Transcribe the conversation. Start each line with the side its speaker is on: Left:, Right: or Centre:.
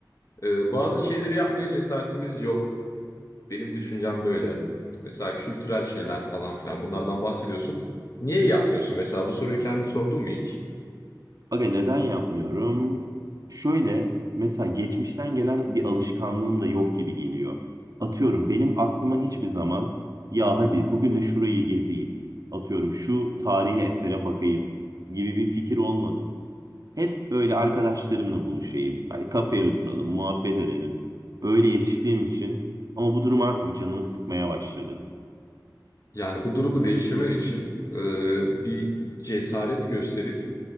Left: Ee, bazı şeyleri yapmaya cesaretimiz yok. Benim düşüncem böyle. Mesela kültürel şeyler falan filan bunlardan bahsediyorsun. Niye yapmıyorsun mesela? Bu soruyu kendine sordun mu hiç?
Right: Aga neden yapmıyorum? Şöyle mesela geçmişten gelen bir alışkanlığım da yok gibi geliyor. Atıyorum benim aklıma hiçbir zaman ya hadi bugün de şurayı gezeyim. Atıyorum şu tarihi esere bakayım gibi bir fikir olmadı. Hep böyle arkadaşlarımla buluşayım. Hani kafeye oturalım, muhabbet edelim. Öyle yetiştiğim için ama bu durum artık canımı sıkmaya başladı.
Left: Yani bu durumu değiştirmen için e, bir cesaret gösterip